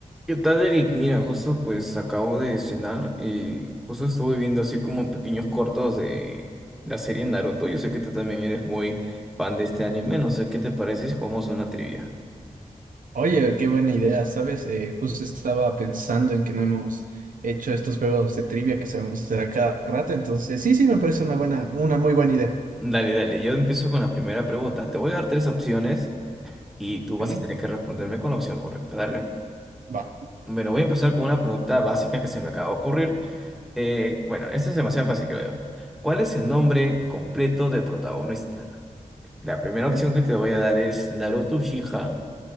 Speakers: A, in the centre; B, on the right (about 90°).
A: ¿Qué tal, Eric? Mira, justo pues acabo de cenar y justo estuve viendo así como pequeños cortos de la serie Naruto. Yo sé que tú también eres muy fan de este anime, no sé qué te parece si jugamos una trivia.
B: Oye, qué buena idea, ¿sabes? Eh, justo estaba pensando en que no hemos hecho estos juegos de trivia que sabemos hacer a cada rato, entonces sí, sí, me parece una buena, una muy buena idea.
A: Dale, dale, yo empiezo con la primera pregunta. Te voy a dar tres opciones y tú vas
B: Ok,
A: a tener que responderme con la opción correcta, dale.
B: va.
A: Bueno, voy a empezar con una pregunta básica que se me acaba de ocurrir. Eh, bueno, esta es demasiado fácil, creo yo. ¿Cuál es el nombre completo del protagonista? La primera
B: Ok.
A: opción que te voy a dar es Naruto Uchiha.